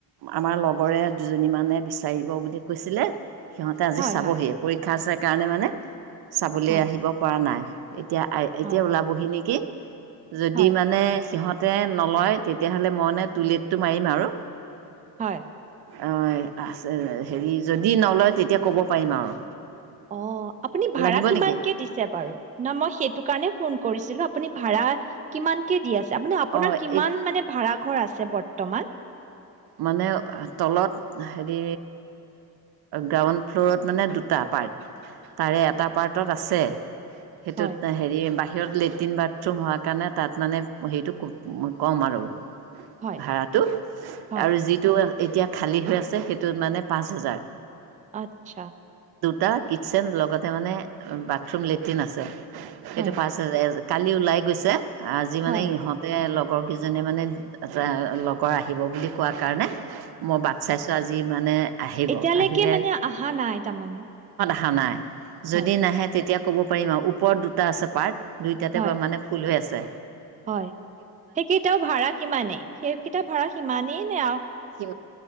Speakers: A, on the right; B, on the right.
A: আমাৰ লগৰে দুজনীমানে বিচাৰিব বুলি কৈছিলে। সিহঁতে আজি
B: হয়
A: চাবহিয়ে
B: হয়
A: পৰীক্ষা আছে কাৰণে মানে চাবলৈ
B: হয়
A: আহিব পৰা নাই। এ এতিয়া, আই, এতিয়া
B: হয় হয়
A: ওলাবহি নেকি? যদি
B: হয়
A: মানে সিহঁত টে নলয়, তেতিয়াহ'লে মই এনে টুলটটো মাৰিম, আৰু
B: হয়।
A: অ', আছে, হেৰি, যদি নলয়, তেতিয়া ক'ব পাৰিম, আৰু
B: অ', আপুনি ভাড়া
A: লাগিব
B: কিমানকে
A: নেকি
B: দিছে বাৰু ন? মই সেইটো কাৰণে ফোন কৰিছোঁ। আপুনি ভাড়া কিমানকে দিয়ে আছে। আপোনি, আপোনাৰ
A: অঁ
B: কিমান
A: এই
B: মানে ভাড়া ঘৰ আছে বৰ্তমান।
A: মানে, তলত, হেৰি, গ্ৰাউণ্ড ফ্ল'ৰত, মানে, দুটা পাৰ্ট। তাৰে এটা পাৰ্টত আছে। সেইটোত
B: হয়
A: হেৰি বা বাহিৰত লেট্ৰিন-বাথৰুম হোৱাৰ কাৰণে, তাত, মানে, হেৰিটো কম, আৰু
B: হয়,
A: ভাৰাটো
B: হয়,
A: আৰু যিটো এতিয়া খালী হৈ আছে। সেইটোত, মানে, পাঁচ হাজাৰ।
B: আচ্ছা।
A: টা কিটচেন লগত মানে বাথৰুম-লেট্ৰিন আছে।
B: হয়,
A: এইটো পাঁচ হাজাৰ কালি ওলাই গৈছে। আজি,
B: হয়,
A: মানে, ইহঁতে লগ লগৰকেইজনীয়ে, মানে, লগৰ আহিব বুলি কোৱাৰ কাৰণে মই বাট চাইছোঁ আজি। যি মানে আহিব
B: এতিয়ালেকে
A: আহিলে
B: মানে, আহা নাই, তাৰমানে
A: আৰু নাই। যদি
B: হয়, হয়,
A: নাহে, তেতিয়া ক'ব। ওপৰত দুটা আছে পাৰ্ট। দুইটাতে,
B: হয়,
A: বা মানে, ফুল হৈ আছে। ছে
B: হয়, সেইকেইটাও ভাড়া কিমানেই, সেইকেইটা ভাড়া সিমানেই। নে আ
A: সি